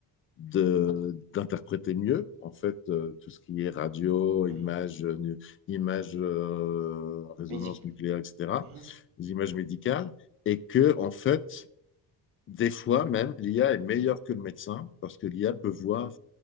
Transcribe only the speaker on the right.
mhm.
Mais dis-
mhm.